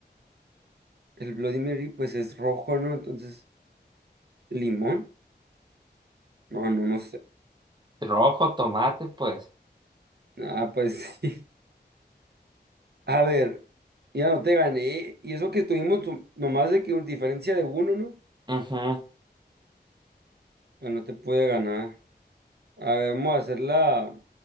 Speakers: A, on the right; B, on the right.
A: El Bloody Mary, pues es rojo, ¿no? Entonces. ¿Limón? No, no, no sé.
B: Rojo, tomate, pues.
A: Ah, pues <laughs> sí. A ver, ya no te gané. Y eso que estuvimos tu- nomás de que una diferencia de uno, ¿no?
B: Ujú.
A: Ya no te puede ganar. A ver, vamos a hacer la,